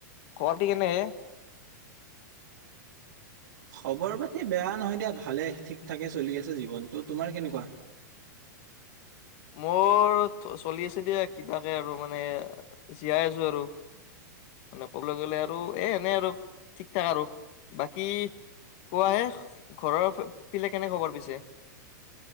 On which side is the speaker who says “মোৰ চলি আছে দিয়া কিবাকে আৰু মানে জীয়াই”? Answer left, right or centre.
Left